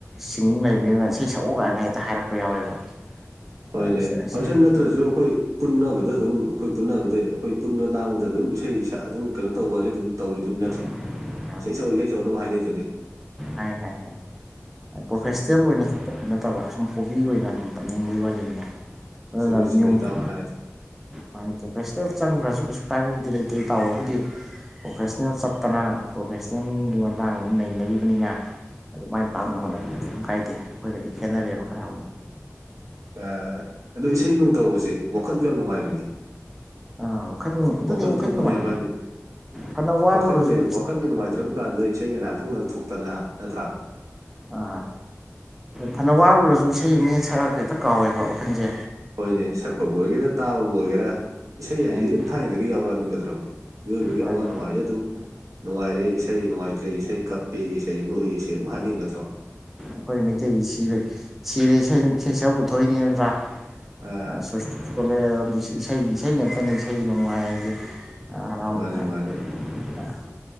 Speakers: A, in the centre; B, on the right.
A: ꯁꯤꯡꯅꯤꯡ ꯂꯩꯕꯅꯤꯅ ꯏꯁꯩ ꯁꯛꯎ ꯀꯥꯏꯅꯒ ꯍꯦꯛꯇ ꯍꯥꯏꯔꯛꯄ ꯌꯥꯎꯋꯦꯕ ꯑꯁ
B: ꯍꯣꯏꯅꯦ
A: ꯑꯁ
B: ꯐꯪꯁꯟ ꯅꯠꯇ꯭ꯔꯁꯨ ꯑꯩꯈꯣꯏ ꯄꯨꯟꯅꯕꯗ ꯑꯗꯨꯝ ꯑꯩꯈꯣꯏ ꯄꯨꯟꯅꯕꯗ ꯑꯩꯈꯣꯏ ꯄꯨꯟꯕ ꯂꯥꯡꯕꯗ ꯑꯗꯨꯝ ꯏꯁꯩ ꯁꯦ ꯑꯗꯨꯝ ꯀꯩꯅꯣ ꯇꯧꯕꯁꯦ ꯑꯗꯨꯝ ꯇꯧꯔꯤꯗꯨꯅꯤ ꯅꯠꯇ꯭ꯔꯣ
A: <inaudible>
B: ꯏꯁꯩ ꯁꯛ ꯑꯣ ꯏꯁꯩ ꯁꯛ ꯑꯣ ꯑꯗꯨꯝ ꯍꯥꯏꯅꯩꯗꯨꯅꯤ
A: ꯍꯥꯏ ꯍꯥꯏ ꯍꯥꯏ ꯄ꯭ꯔꯣꯐꯦꯁꯅꯦꯜ
B: ꯁꯨꯝ ꯁꯨꯝ
A: ꯑꯣꯏꯅ <unintelligible> ꯄꯗꯤ ꯅꯠꯇꯕ ꯁꯁꯨꯝ ꯍꯣꯕꯤ ꯑꯣꯏꯅ ꯁꯨꯝ ꯇꯝꯅꯤꯡꯕꯒꯤ ꯋꯥꯔꯤꯅꯤꯗ ꯑꯗꯨꯅ
B: ꯆꯨꯝꯃꯤ ꯆꯨꯝꯃꯤ
A: ꯅꯤꯌꯣꯝ
B: ꯏꯇꯥꯎꯅ
A: ꯆ
B: ꯍꯥꯏꯗꯣ
A: ꯃꯥꯅꯦ ꯄꯣꯐꯦꯁꯇꯜ ꯆꯪꯈ꯭ꯔꯁꯨ ꯀꯩꯁꯨ ꯀꯥꯏꯕꯕꯨꯗꯤ ꯂꯩꯇꯦ ꯇꯥꯎꯋꯦꯕꯨꯗꯤ ꯄ꯭ꯔꯣꯐꯦꯁꯅꯦꯜ ꯆꯠꯇꯅ ꯄ꯭ꯔꯣꯐꯦꯁꯅꯦꯜꯒꯤ ꯃꯇꯥꯡꯗ ꯅꯩꯅꯔꯤꯕ ꯑꯗꯨꯅꯤꯅ ꯑꯗꯨ ꯃꯥꯏꯅ ꯄꯥꯛꯅꯕ ꯍꯣꯠꯅꯕ ꯀꯩꯁꯨꯝ ꯀꯥꯏꯗꯦ ꯑꯩꯈꯣꯏꯒꯗꯤ ꯈꯦꯠꯅꯔꯦꯕ ꯈꯔ ꯑꯃꯨꯛ
B: ꯑ ꯑꯗꯣ ꯏꯁꯩ ꯅꯨꯡ ꯇꯧꯕꯁꯦ ꯋꯥꯈꯟꯁꯨ ꯌꯥꯝ ꯅꯨꯡꯉꯥꯏꯕꯅꯦ
A: ꯑꯥ ꯋꯥꯈꯜ ꯅꯨꯡꯉꯥꯏ ꯑꯗꯨꯅꯦ
B: ꯋꯥꯈꯜ ꯊꯣꯛꯄꯅꯦꯕ
A: ꯅꯨꯡꯉꯥꯏ
B: ꯍꯥꯏꯗꯤ
A: ꯐꯅ ꯋꯥꯔꯨꯔꯁꯨ
B: ꯋꯥꯈꯟꯒ ꯋꯥꯈꯟꯒ ꯅꯨꯡꯉꯥꯏꯇ꯭ꯔꯕꯨ ꯀꯥꯟꯗ ꯏꯁꯩꯒꯅꯥꯍꯥꯛꯇꯪ ꯉꯪꯊꯣꯛꯇꯅ ꯅꯠꯇ꯭ꯔꯥ
A: ꯑꯥ ꯐꯅ ꯋꯥꯔꯨꯔꯁꯨ ꯏꯁꯩ ꯑꯃꯍꯦꯛ ꯁꯛꯑꯒ ꯍꯦꯛꯇ ꯀꯥꯎꯋꯦꯕ ꯋꯥꯈꯜꯁꯦ
B: ꯍꯣꯏꯅꯦ ꯁꯛꯄꯕꯨ ꯑꯣꯏꯒꯦꯔꯥ ꯇꯥꯕꯕꯨ ꯑꯣꯏꯒꯦꯔꯥ ꯏꯁꯩ ꯍꯥꯏꯁꯤꯗꯤ
A: ꯑꯗꯨ
B: ꯑꯗꯨꯝ ꯊꯥꯏꯅꯗꯒꯤ ꯌꯥꯎꯔꯛꯑꯕꯅꯦ ꯀꯩꯗꯧꯗ꯭ꯔꯒꯦ ꯃꯤꯑꯣꯏꯕꯒꯤ
A: ꯃꯥꯅꯦ
B: ꯑꯋꯥ ꯅꯨꯡꯉꯥꯏꯗ ꯑꯗꯨꯝ ꯅꯨꯡꯉꯥꯏꯔꯦ ꯏꯁꯩ ꯅꯨꯡꯉꯥꯏꯇ꯭ꯔꯦ ꯏꯁꯩ ꯀꯞꯄꯦ ꯏꯁꯩ ꯅꯣꯛꯏ ꯏꯁꯩ ꯑꯗꯨꯝ ꯍꯥꯏꯅꯩ ꯅꯠꯇ꯭ꯔꯣ
A: ꯑꯩꯈꯣꯏ ꯃꯩꯇꯩꯒꯤ ꯁꯤꯔ ꯁꯤꯔꯦ ꯏꯁꯩ ꯏꯁꯩ ꯁꯛꯑ ꯄꯨꯊꯣꯛꯏꯅꯤ ꯅꯠꯇ꯭ꯔꯥ
B: ꯑꯥ
A: ꯑ ꯁꯋꯥꯁ <unintelligible> ꯔꯣꯝꯗꯁꯨ ꯏꯁꯩꯒꯤ ꯏꯁꯩ ꯉꯥꯛꯇꯅꯤ ꯏꯁꯩ ꯅꯣꯡꯃꯥꯏ ꯍꯥꯏꯁꯦ ꯑ ꯍꯔꯥꯎ
B: ꯃꯥꯅꯦ
A: ꯅꯨꯡꯉꯥꯏ
B: ꯃꯥꯅꯦ
A: <unintelligible> ꯅ